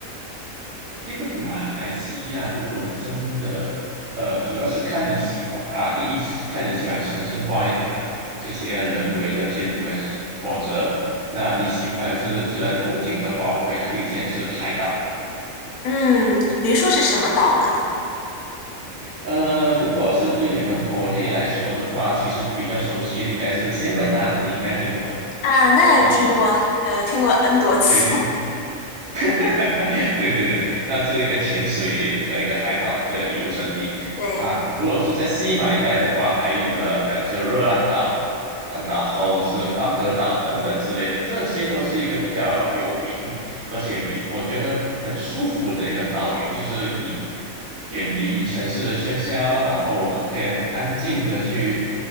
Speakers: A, on the right; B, on the left.
A: 因为这马来西亚，如果你真的，呃，主要是看你喜欢啊，第一是看你喜欢城市化一点的这些人为的建筑还是什么，否则，那你喜欢的是自然风景的话，我会推荐是海岛。
B: 嗯，比如说是什么岛呢？
A: 呃，如果是对你们国内来说的话，其实比较熟悉的应该是仙本那，你应该听过
B: 啊，那也听过，
A: 啊，
B: 呃，听过 N 多次。
A: 对对
B: <laughs>
A: <laughs> 对对对，那是一个潜水和一个海岛一个旅游胜地啊。
B: 对，
A: 如果是在西马一带的话，还有的可能是热浪岛，啊，然后是邦格岛等等之类的，这些都是一个比较有名，而且比我觉得很舒服的一个岛屿，就是你远离城市的喧嚣，然后可以很安静的去